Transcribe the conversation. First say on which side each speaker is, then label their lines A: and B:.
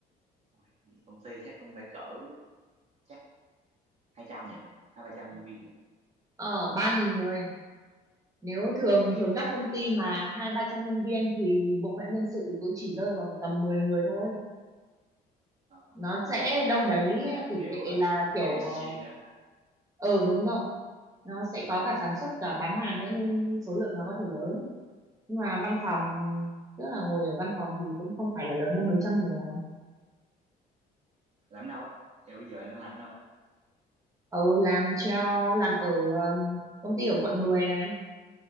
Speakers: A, on the right (about 40°); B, on the right (about 20°).
A: ôi, vậy công ty chắc cũng phải cỡ chắc 200 nhỉ, hai ba trăm nhân viên nhỉ.
B: ờ ba nghìn người nếu thường
A: Ôi,
B: thường các công ty mà hai ba trăm nhân viên thì bộ phận nhân sự cũng chỉ rơi vào tầm 10 người thôi
A: ờ,
B: nó sẽ đâu đấy
A: là
B: tỷ
A: kiểu
B: lệ
A: ờ,
B: là kiểu
A: FMCG
B: ờ,
A: phải không ta?
B: ừ đúng rồi nó sẽ
A: Ừ.
B: có cả sản xuất cả bán hàng nữa nên số lượng nó có thể lớn nhưng mà văn phòng
A: Ừ.
B: tức là ngồi ở văn phòng thì cũng không phải là lớn hơn mấy trăm người à.
A: Làm đâu á? Vậy bây giờ anh đang làm đâu á?
B: ừ làm cho làm ở um, công ty ở quận 10 này